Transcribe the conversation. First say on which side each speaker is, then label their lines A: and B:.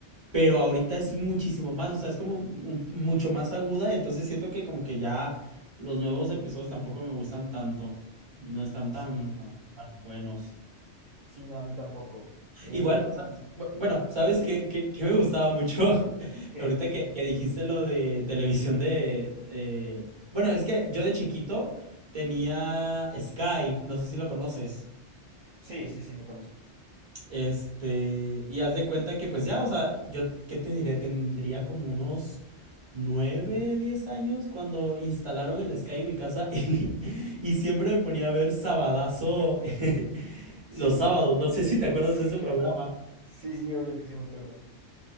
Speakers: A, on the right; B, on the right.
A: pero ahorita es muchísimo más, o sea, es como un- mucho más aguda, y entonces siento que como que ya los nuevos episodios tampoco me gustan tanto, no están tan,
B: Sí, no.
A: tan buenos.
B: Sí, no, a mí tampoco. Eh,
A: Igual, o
B: y
A: sea, bu- bueno, ¿sabes
B: ¿sí?
A: qué, qué- qué me gustaba mucho? <laughs>
B: ¿Qué?
A: Ahorita que, que dijiste lo de televisión de... eh, Bueno, es que yo de chiquito tenía Sky, no sé si lo conoces.
B: Sí, sí, sí, lo conozco.
A: Este, y haz de cuenta que pues ya, o sea, yo, ¿qué te diré? Tendría como unos 9 10 años cuando instalaron el Sky en mi casa <laughs> y, y siempre me ponía a ver Sabadazo <laughs>
B: <laughs>
A: los sábados. No sé si te acuerdas
B: Sí,
A: de ese
B: claro.
A: programa.
B: Sí, sí, obvio que sí me acuerdo.